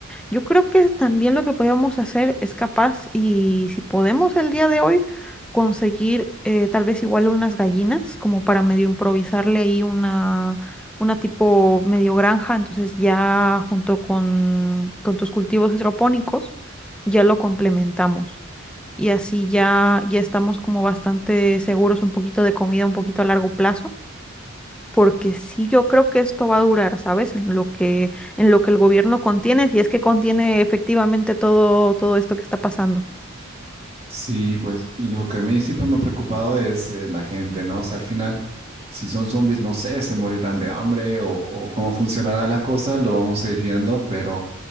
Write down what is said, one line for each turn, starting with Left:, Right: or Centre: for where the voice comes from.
Centre: Yo creo que también lo que podemos hacer es capaz, y si podemos el día de hoy, conseguir eh, tal vez igual unas gallinas, como para medio improvisarle ahí una, una tipo medio granja, entonces ya junto con, con tus cultivos hidropónicos, ya lo complementamos. Y así ya, ya estamos como bastante seguros un poquito de comida, un poquito a largo plazo porque sí yo creo que esto va a durar, ¿sabes? En lo que, en lo que el gobierno contiene, si es que contiene efectivamente todo, todo esto que está pasando.
Right: Sí, pues lo que a mí siempre me ha preocupado es eh, la gente, ¿no? O sea, al final, si son zombies, no sé, se morirán de hambre o, o cómo funcionará la cosa, lo vamos a ir viendo, pero